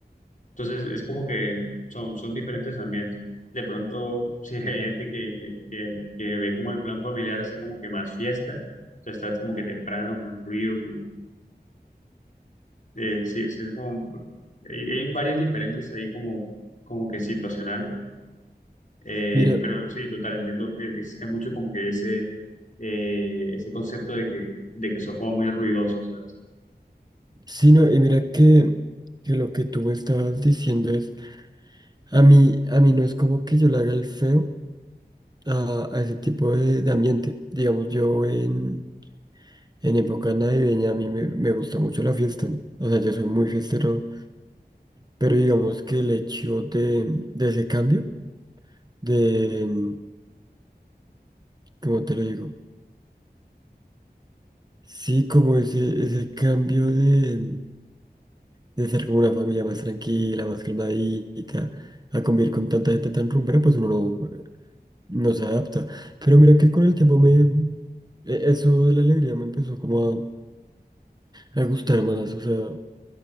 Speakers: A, on the left (about 50°); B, on the right (about 25°).
A: Entonces, es como que son, son diferentes ambientes. De pronto, <laughs> si hay gente que, que, que, que ve como el plan familiar así como que más fiesta, o sea, está como que temprano, con ruido, con, eh, sí, es, es como, hay, hay varias diferencias ahí como, como que situacionales Eh,
B: Mira,
A: pero sí, total, entiendo. eh, Existe mucho como que ese, eh, ese concepto de que, de que son como muy ruidosos, ¿sabes?
B: sí, no, y mira que, que lo que tú me estabas diciendo es, a mí, a mí no es como que yo le haga el feo a, a ese tipo de, de ambiente. Digamos, yo en En época navideña a mí me, me gusta mucho la fiesta. O sea, yo soy muy fiestero, pero digamos que el hecho de, de ese cambio, de, mm, ¿cómo te lo digo? Sí, como ese, ese cambio de, de ser como una familia más tranquila, más calmadita, a convivir con tanta gente tan rumbera, pues uno no, no se adapta. Pero mira que con el tiempo me... e- Eso de la alegría me empezó como a, a gustar más, o sea,